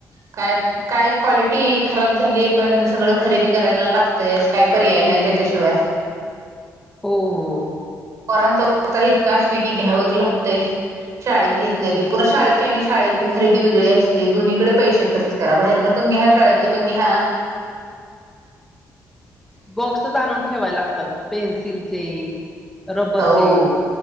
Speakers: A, on the right; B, in the centre.
A: काय काय क्वालिटी खराब झाली पण सगळं खरेदी करायला लागतयच काय पर्याय नाही त्याच्याशिवाय
B: हो हो.
A: पोरांची खर्च इतका असतो की घ्यावच लागतं शाळेत घेत नाहीती पुन्हा शाळेची आणि शाळेतली खरेदी वेगळी असते दोन्हीकडे पैसे खर्च करा बाहेरन पण घ्या शाळेतलं पण घ्या
B: बॉक्सच आणून ठेवाय लागतात पेन्सिलचे रबरचे
A: हो